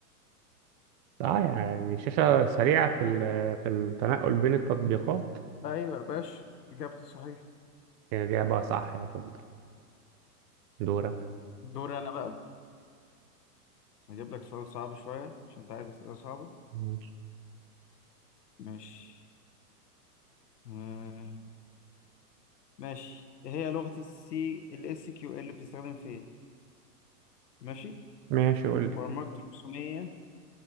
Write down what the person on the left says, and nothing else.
ايوه يا باشا اجابتي صحيحه
دوري انا بقى هجيب لك سؤال صعب شويه عشان انت عايز اسئله صعبه
ماشي آه، ماشي ايه هي لغه السي الاس كيو ال اللي بتستخدم في ايه ماشي
برمجه رسوميه